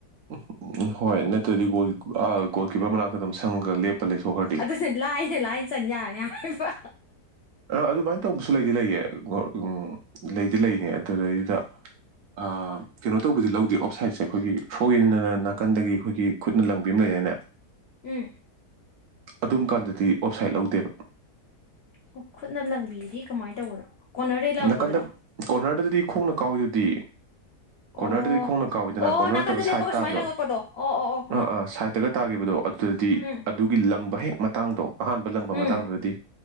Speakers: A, on the right; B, on the left.
A: ꯎꯝ ꯎꯝ ꯍꯣꯏ ꯅꯠꯇ꯭ꯔꯗꯤ ꯒꯣꯜ ꯑ ꯒꯣꯜ ꯀꯤꯞꯄꯔ ꯃꯅꯥꯛꯇ ꯑꯗꯨꯝ ꯁꯪꯉ ꯂꯦꯞꯄ ꯂꯩꯊꯣꯛꯈ꯭ꯔꯗꯤ
B: ꯑꯗꯨꯅ ꯂꯥꯏꯅ ꯂꯥꯏꯅ ꯆꯟ ꯌꯥꯔꯅꯤ ꯍꯥꯏꯕ
A: ꯑꯗꯨꯃꯥꯏꯅ ꯇꯧꯕꯁꯨ ꯂꯩꯗꯤ ꯂꯩꯌꯦ ꯎꯝ ꯂꯩꯗꯤ ꯂꯩꯅꯤ ꯑꯗꯨꯗꯩꯗꯨꯗ ꯑꯝ ꯀꯩꯅꯣ ꯇꯧꯕꯗꯤ ꯂꯧꯗꯦ ꯑꯣꯞꯁꯥꯏꯠꯁꯦ ꯑꯩꯈꯣꯏꯒꯤ ꯁꯣꯏꯗꯅ ꯅꯥꯀꯟꯗꯒꯤ ꯑꯩꯈꯣꯏꯒꯤ ꯈꯨꯠꯅ ꯂꯪꯕꯤ ꯑꯃ ꯂꯩꯗꯥꯏꯅꯦ <inaudible>
B: ꯎꯝ
A: ꯑꯗꯨꯝ ꯀꯥꯟꯗꯗꯤ ꯑꯣꯞꯁꯥꯏꯠ ꯂꯧꯗꯦꯕ
B: ꯑꯣ ꯈꯨꯠꯅ ꯂꯪꯕꯤꯗꯤ ꯀꯃꯥꯏ ꯇꯧꯕꯅꯣ ꯀꯣꯟꯅꯔꯗꯩ ꯂꯪꯉꯛꯄꯗꯨꯔꯣ
A: ꯅꯥꯀꯟꯗ ꯀꯣꯔꯅꯔꯗꯗꯤ ꯈꯣꯡꯅ ꯀꯥꯎꯋꯤꯗꯨꯗꯤ ꯀꯣꯔꯅꯔꯗꯗꯤ
B: ꯑꯣ
A: ꯈꯣꯡꯅ ꯀꯥꯎꯋꯤꯗꯅ
B: ꯑꯣ
A: ꯀꯣꯔꯅꯔ
B: ꯅꯥꯀꯟꯗ
A: ꯅꯠꯇꯕ ꯁꯥꯏꯠ
B: ꯂꯦꯞꯄꯒ
A: ꯇꯥꯕꯗꯣ
B: ꯁꯨꯃꯥꯏꯅ ꯂꯪꯉꯛꯄꯗꯣ ꯑꯣ ꯑꯣ ꯑꯣ
A: ꯑꯥ ꯑꯥ ꯁꯥꯏꯠꯇꯒ ꯇꯥꯒꯤꯕꯗꯣ ꯑꯗꯨꯗꯗꯤ
B: ꯎꯝ
A: ꯑꯗꯨꯒꯤ ꯂꯪꯕ ꯍꯦꯛ ꯃꯇꯥꯡꯗꯣ ꯑꯍꯥꯟꯕ ꯂꯪꯕ
B: ꯎꯝ
A: ꯃꯇꯥꯡꯗꯨꯗꯗꯤ